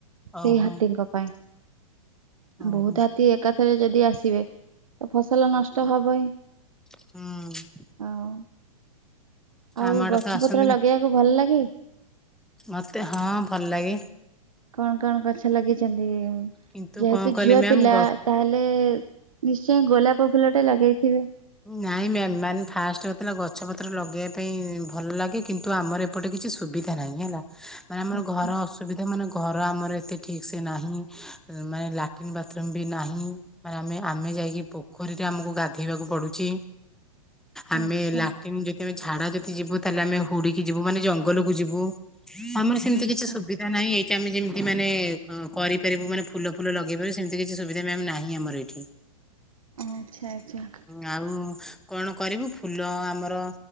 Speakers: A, in the centre; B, on the right (about 65°).
A: ଓହୋ।
B: ସେଇ ହାତୀଙ୍କ ପାଇଁ।
A: ଓହୋ
B: ବହୁତ ହାତୀ ଏକାଥରେ ଯଦି ଆସିବେ ତ ଫସଲ ନଷ୍ଟ ହବ ହିଁ।
A: ହଁ।
B: ଆଉ ଆଉ
A: ଆମ ଆଡେ
B: ଗଛ
A: ତ ଆସନ୍ତିନି
B: ପତ୍ର ଲଗେଇବାକୁ ଭଲ ଲାଗେ?
A: ମତେ ହଁ ଭଲ ଲାଗେ।
B: କଣ କଣ ଗଛ ଲାଗେଇଛନ୍ତି?
A: କିନ୍ତୁ
B: ଯେହେତୁ
A: କଣ କହିଲେ
B: ଝିଅ
A: ମ୍ୟାମ୍
B: ପିଲା
A: ଗ
B: ତାହେଲେ ନିଶ୍ଚୟ ଗୋଲାପ ଫୁଲ ଟେ ଲଗେଇଥିବେ।
A: ନାଇଁ ମ୍ୟାମ୍ ମାନେ ଫାଷ୍ଟ ଯେତେବେଳେ ଗଛ ପତ୍ର ଲଗେଇବା ପାଇଁ ଭଲ ଲାଗେ କିନ୍ତୁ ଆମର ଏପଟେ କିଛି ସୁବିଧା ନାହିଁ ହେଲା। ମାନେ ଆମର
B: ଆଚ୍ଛା
A: ଘର ଅସୁବିଧା ମାନେ ଘର ଆମର ଏତେ ଠିକ ସେ ନାହିଁ। ମାନେ ଲାଟ୍ରନ୍, ବାଥରୁମ ବି ନାହିଁ। ମାନେ ଆମେ ଆମେ ଯାଇକି ପୋଖରୀରେ ଆମକୁ ଗାଧେଇବାକୁ ପଡ଼ୁ ଚି। ଆମେ
B: ଆଚ୍ଛା
A: ଲାଟ୍ରିନ ଯଦି ଆମେ ଝାଡ଼ା ଯଦି ଯିବୁ ତାହେଲେ ଆମେ ହୁଡି କି ଯିବୁ, ମାନେ ଜଙ୍ଗଲକୁ ଯିବୁ। ଆମର ସେମିତି
B: ଆଚ୍ଛା
A: କିଛି ସୁବିଧା ନାହିଁ ଏଇଟା ଆମେ ଯେମିତି ମାନେ କରିପାରିବୁ ମାନେ ଫୁଲ ଫୁଲ ଲଗେଇ ପାରିବୁ ସେମିତି କିଛି ସୁବିଧା ନାହିଁ ଆମର ଏଇଠି।
B: ଆଚ୍ଛା ଆଚ୍ଛା।
A: ଆଉ କଣ କରିବୁ ଫୁଲ ଆମର